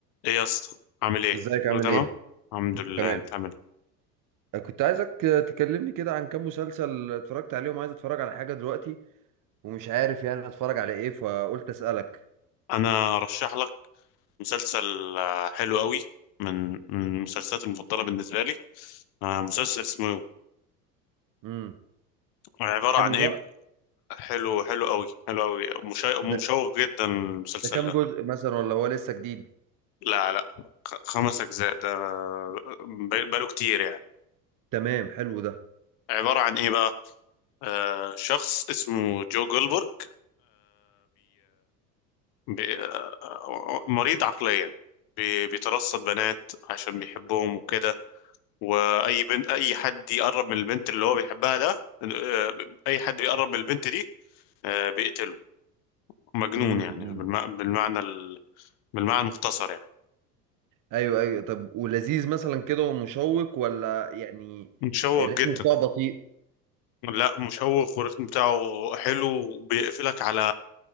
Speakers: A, on the left; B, on the right.
A: ايه يا اسطى عامل ايه
B: ازيك عامل
A: كله تمام
B: ايه؟
A: الحمد لله
B: تمام
A: انت عامل ايه
B: آه، كنت عايزك آه، تكلمني كده عن كام مسلسل اتفرجت عليهم عايز اتفرج على حاجة دلوقتي ومش عارف يعني اتفرج على ايه فقلت اسألك
A: انا ارشح لك مسلسل آه، حلو قوي من من المسلسلات المفضله بالنسبه لي آه، مسلسل اسمه
B: امم
A: عباره
B: حلو
A: عن ايه
B: ده
A: حلو حلو قوي حلو قوي مشا-
B: ده
A: مشوق جدا المسلسل
B: ده كام
A: ده
B: جزء مثلا ولا هو لسه جديد؟
A: لا لا خ- خمس اجزاء ده ب- بقاله كتير يعني
B: تمام حلو ده
A: عباره عن ايه بقى آه، شخص اسمه جو جولبرج بي... آه، مريض عقليا بي... بيترصد بنات عشان بيحبهم وكده واي بنت اي حد يقرب من البنت اللي هو بيحبها ده آه، اي حد بيقرب من البنت دي آه، بيقتله مجنون
B: امم
A: يعني
B: امم
A: بالم... بالمعنى ال... بالمعنى المختصر يعني
B: ايوه ايوه طب ولذيذ مثلا كده ومشوق ولا يعني
A: مشوق
B: الريتم
A: جدا
B: بتاعه بطيء
A: لا مشوق والريتم بتاعه حلو وبيقفلك على